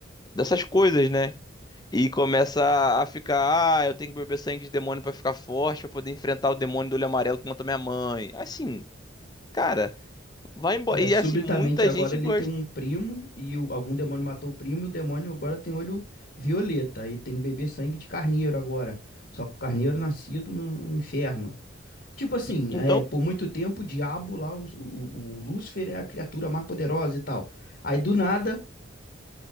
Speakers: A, on the left; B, on the left.
A: dessas coisas, né? E começa a a ficar, ah, eu tenho que beber sangue de demônio pra ficar forte, pra poder enfrentar o demônio do olho amarelo que matou minha mãe. Assim, cara, vai embora.
B: É,
A: E
B: subitamente
A: assim, muita
B: agora
A: gente
B: ele
A: gosta.
B: tem um primo e o- algum demônio matou o primo, e o demônio agora tem olho violeta, aí tem bebê sangue de carneiro agora. Só que o carneiro nascido no, no inferno. Tipo assim,
A: Então,
B: é, por muito tempo o diabo lá, o, o, o Lúcifer é a criatura mais poderosa e tal. Aí do nada,